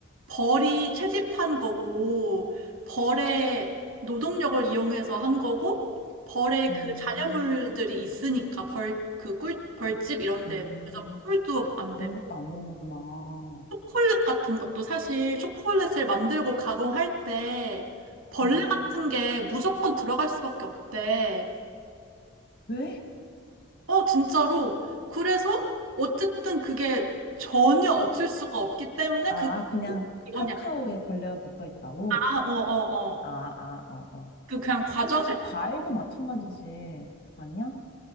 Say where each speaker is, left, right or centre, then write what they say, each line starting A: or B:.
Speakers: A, on the right; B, on the left.
A: 벌이 채집한 거고 벌의 노동력을 이용해서 한 거고 벌의
B: 음,
A: 그 잔여물들이 있으니까 벌 그 꿀 벌집 이런 데
B: 음,
A: 그래서 꿀도 안
B: 그런
A: 되고.
B: 것도 안 먹는구나.
A: 초콜릿 같은 것도 사실 초콜릿을 만들고 가공할 때 벌레
B: 어,
A: 같은 게 무조건 들어갈 수밖에 없대.
B: 왜?
A: 어, 진짜로. 그래서 어쨌든 그게 전혀 없을 수가 없기 때문에
B: 아,
A: 그게
B: 그냥 그
A: 이거냐.
B: 카카오에 벌레가 붙어 있다고?
A: 아, 어, 어, 어.
B: 아, 아, 어, 어.
A: 그 그냥 과정을,
B: 그럼 사실 과일도 마찬가지지. 아니야?